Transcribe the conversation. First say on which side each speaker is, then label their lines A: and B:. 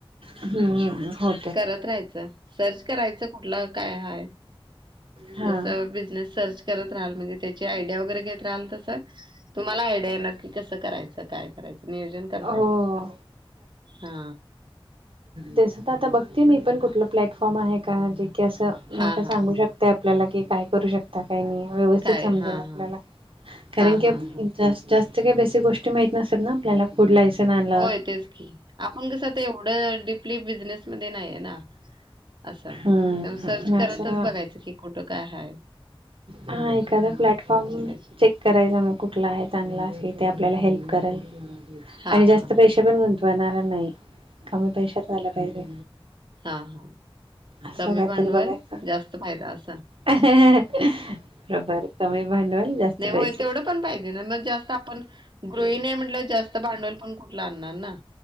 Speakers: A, on the right; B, on the right.
A: हम्म हो
B: करत राहायचं, सर्च करायचं कुठलं काय हाय
A: हा
B: जस बिझनेस सर्च करत रहाल, म्हणजे त्याची आयडिया वगैरे घेत राहाल तस तुम्हाला आयडिया येणार की कसं करायचं, काय करायच नियोजन करता
A: हो
B: येतय, हा.
A: तेच तर आता बघते आहे मी पण कुठलं प्लॅटफॉर्म आहे का जे की असं नाही
B: हा
A: का सांगू
B: हा
A: शकत ते आपल्याला की काय करू शकत ता की नाही व्यवस्थित
B: काय
A: समजेल
B: हा
A: आपल्याला
B: हा
A: कारण
B: हा
A: की
B: हा हा.
A: जास्त जास्त काही बेसीक गोष्टी माहित नसतात ना आपल्याला. फुड लायसन्स आ
B: होय तेच की आपण कसं ते एवढं डीपली बिझनेसमध्ये नाहीये ना! असं
A: हम्म
B: तेव्हा सर्च करतच
A: असं
B: बघायचं की कुठं काय आहे.
A: हां एखादा प्लॅटफॉर्म
B: त्याची.
A: चेक करायचा मग कुठला आहे चांगला असल ते आपल्याला हेल्प करेल
B: हा
A: आणि जास्त
B: हा
A: पैसे
B: हा
A: पण गुंतून वणार नाही कमी पैशात झाला पाहिजे.
B: हां हां
A: असं
B: कमी
A: काहीतरी
B: भांडवाल
A: बघायचं
B: जास्त फायदा असं!
A: बरोबर! कमी भांडवाल जास्त
B: नाही होय
A: पैसे.
B: तेवढं पण पाहिजे ना जास्त आपण गृहिणी आहे म्हंटल्यावर जास्त भांडवल पण कुठलं आणणार ना!